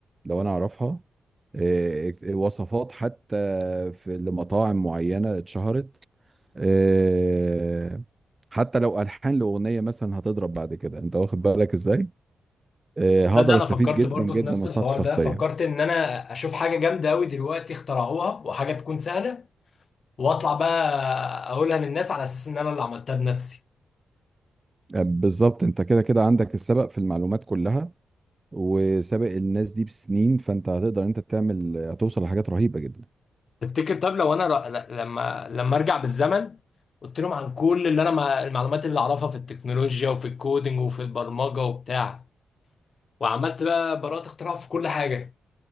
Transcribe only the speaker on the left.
تصدق انا
فكرت
برضه
في نفس
الحوار
ده فكرت ان انا اشوف حاجه جامده قوي دلوقتي اخترعوها وحاجه تكون سهله واطلع بقى اقولها للناس على اساس ان انا اللي عملتها بنفسي
تفتكر طب لو انا ر- ل- لما لما ارجع بالزمن قلت لهم عن كل اللي انا مع المعلومات اللي اعرفها في التكنولوجيا وفي الكودينج وفي البرمجه وبتاع وعملت بقى براءة اختراع في كل حاجه